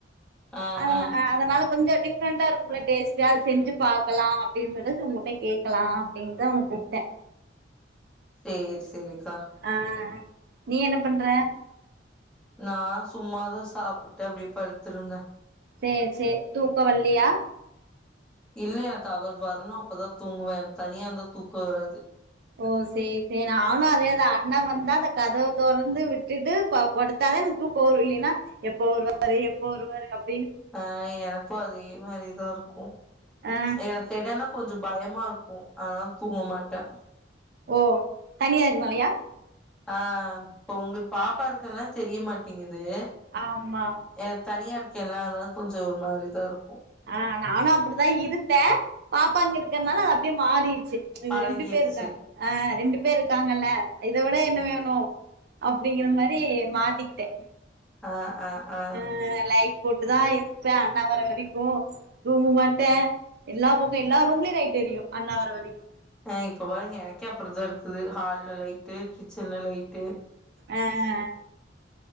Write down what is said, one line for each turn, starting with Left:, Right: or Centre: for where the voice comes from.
Centre: ஆ
Right: அதனா
Centre: ஆ
Right: அதனால கொஞ்சோ டிஃப் ரெண்ட்டா இருக்கும்ல டேஸ்டு அது செஞ்சி பாக்கலா அப்டின்னு சொல்ட்டு உங்கட்ட கேட்கலா அப்டின்னுதா உனக்கு கூப்டே
Centre: சேர் சேரிக்கா
Right: ஆ நீ என்ன பண்ற
Centre: நா சும்மாதா சாப்ட்டு அப்டியே படுத்திருந்தே
Right: சேர் சேரி தூக்கோ வல்லையா
Centre: இல்ல எனக்கு அவர் வரணு அப்பதா தூங்குவே எனக்கு தனியா இருந்தா தூக்கோ வராது
Right: ஓ சேர் சேரி நானு அதேதா அண்ணே வந்தா அந்த கதவ தொறந்து விட்டுட்டு படு த்தாதா எனக்கு தூக்கோ வரு இல்லைன்னா எப்ப வருவாரு எப்ப வருவாரு அப்
Centre: ஆ எனக்கு அதே மாரிதா இருக்கு
Right: ஆ
Centre: எனக்கு என்னன்னா கொஞ்சோ பயமா இருக்கு அதுனால தூங்க மாட்டே
Right: ஓ தனியா இருக்கனாலயா
Centre: ஆ இப்ப உங்களுக்கு பாப்பா இருக்கனால தெரியமாட்டேங்கிது
Right: ஆமா
Centre: எனக்கு தனியா இருக்கேல்ல அதுனால கொஞ்சோ ஒரு மாரிதா இருக்கு
Right: ஆ நானும் அப்டிதான் இருந்தேன் பாப்பா இங்க இருக்கிறதுனால அது அப்டியே மாறிர்ச்சு இங்க
Centre: பழகிருச்சு
Right: ரெண்டு பேர் இருக்காங்க ஆ ரெண்டு பேர் இருக்காங்கல்ல இத விட என்ன வேணும் அப்டிங்கிற மாரி மாத்திக்கிட்டேன்
Centre: ஆ ஆ ஆ
Right: ஆ லைட் போட்டு தா இருப்பே அண்ணா வர வரைக்கும் தூங்க மாட்டேன் எல்லா பக்கம் எல்லா ரூம்லயையும் லைட் எரியும் அண்ணா வர வரைக்கும்
Centre: ஆ இப்போ பாருங்க எனக்கே அப்டி தா இருக்குது ஹால்ல லைட்டு கிச்சன்ல லைட்டு
Right: ஆ ஆ